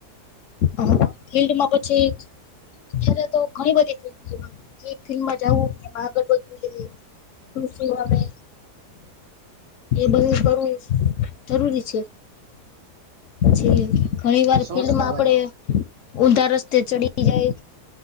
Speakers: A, on the left; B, on the right.
A: હ ફિલ્ડમા પછી. અત્યારે તો ઘણી બધી ફિલ્ડ થઈ કઈ ફિલ્ડમાં જાઉ કેમાં આગળ વધવું. શું શું આવે. એ બધું કરવું જરૂરી છે જે. ઘણી વાર
B: સો
A: ફિલ્ડમાં
B: ટકા
A: આપડે
B: ભાઈ
A: ઊંધા રસ્તે ચડી જાય